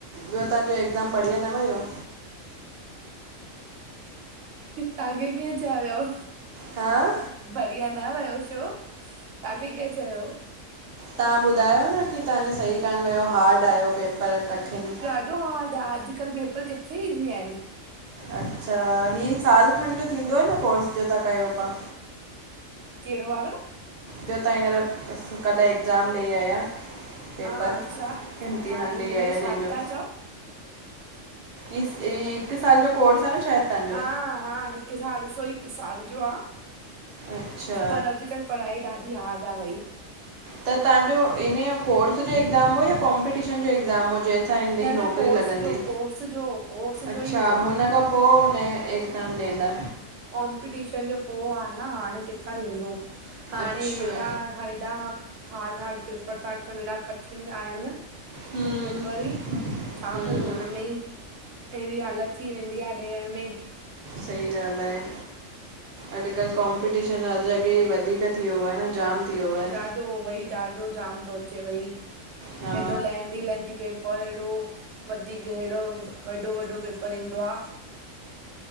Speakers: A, on the right (about 55°); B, on the right (about 70°).
A: ॿियो तहांजो एगज़ाम बढ़िया न वयो?
B: तव्हांखे कें चयो?
A: हा?
B: बढ़िया न वयो शो? ताखे कें चयो?
A: तां ॿुधायो न कि ताजों सही कान वयो हा्डॅ आयो पेपर कठिन
B: एॾो हार्ड आ, अॼुकल्ह पेपर किथे ईज़ी आहिनि
A: अच्छा, ही साल खनि जो थींदो आ न कोर्स जो तव्हां कयो पिया?
B: कहिड़ो वारो?
A: जो तव्हां हींञर कल्ह एगज़ाम ॾेई आया? पेपर,
B: हा छा
A: इम्तिहान
B: हा हिनमें
A: ॾेई आया
B: छा
A: जंहिंजो
B: था चओ
A: इ हिकु साल जो कोर्स आ न शायदि? तव्हांजो
B: हा हा, हिकु साल सो हिक साल जो आ
A: अच्छा
B: पर अॼुकल्ह पढ़ाई ॾाढी हार्ड आ भई
A: त तव्हांजो इनयो कोर्स जो एगज़ाम हो या कॉम्पिटीशन जो एगज़ाम हुजे? असां हिन जी
B: न न
A: नौकिरी
B: कोर्स
A: लॻंदी,
B: जो कोर्स जो कोर्स
A: अच्छा,
B: जो ई हो
A: हुन खां पो हुन एगज़ाम ॾींदा?
B: कॉम्पिटीशन जो पो आं न, हाणे किथां थींदो? हाणे
A: अच्छा
B: हेॾा हेॾा हार्ड -हार्ड पेपर तां अचिन, हेॾा कठिन आया आहिनि
A: हम्म
B: पेपरी ई, छा
A: हम्म,
B: कयूं हिनमें ई? एहिड़ी हालत थी वेंदी आ, ॾियण में।
A: सही ॻाल्हि आहे, अॼुकल्ह कॉम्पिटीशन हर जॻह वधीक थी वियो आहे न जाम? थी वियो आहे।
B: ॾाढो भई ॾाढो जाम तो अचे भई।
A: हा
B: हेॾो लैदीं लैदीं पेपर हेॾो। वधीक हेड़ो वॾो वॾो पेपर ईंदो आं।